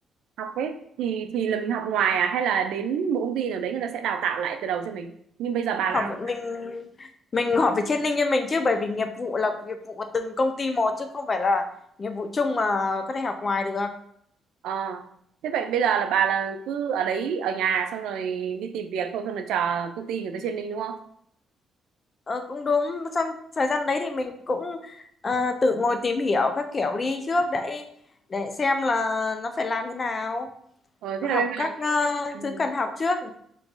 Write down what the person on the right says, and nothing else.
học ấy thì thì là mình học ngoài à hay là đến một công ty nào đấy người ta sẽ đào tạo lại từ đầu cho mình nhưng bây giờ bà
đang
Ờ. Thế vậy bây giờ là bà là cứ ở đấy ở nhà xong rồi đi tìm việc thôi xong rồi chờ công ty người ta trên mình đúng không?
Ờ, thế
là bên
bà
ừ.